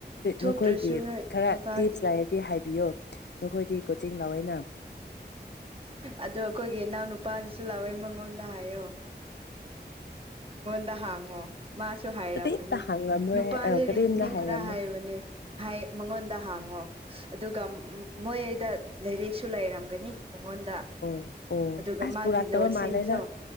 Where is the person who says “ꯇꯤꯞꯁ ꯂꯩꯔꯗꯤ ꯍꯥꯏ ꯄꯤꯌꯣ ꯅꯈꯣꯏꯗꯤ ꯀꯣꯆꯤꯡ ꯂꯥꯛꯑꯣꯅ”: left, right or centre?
Left